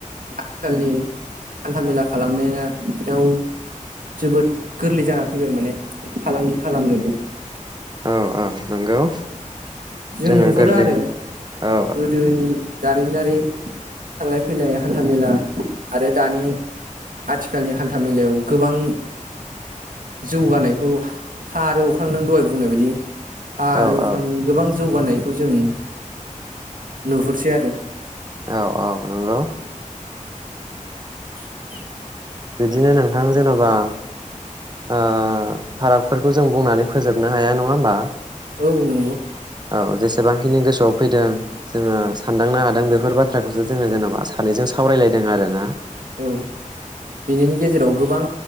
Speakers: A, on the right; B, on the right.
A: आथिखालनि हान्था मेला खालामनायाव जोबोद गोरलै जानानानै फैबाय माने फालांगि खालामनोबो
B: औ औ नंगौ
A: जों
B: जोङो
A: नुहुरो
B: गोरलैयैनो
A: आरो
B: औ
A: गोदोनि दारिमिनारि थांलाय फैलाय हान्थामेला आरो दानि आथिखालनि हान्था मेलायाव गोबां जौगानायखौ हा आरो अख्रां नों दहाय बुंनाय बायदि हा आरो
B: औ
A: उख्रां
B: औ
A: जौगानायखौ जों नुहुरसै आरो
B: औ औ नंगौ।
A: <inaudible>
B: बिदिनो नोंथां जेने'बा फारागफोरखौ जों बुंनानै फोजोबनो हाया नङा होमबा
A: औ नंगौ।
B: औ जेसेबांखिनि गोसोआव फैदों जोङो सानदांनो हादों बेफोर बाथ्राखौसो जोङो जेनेबा सानैजों सावरायलायदों आरो ना।
A: औ बेनिनो गेजेराव गोबां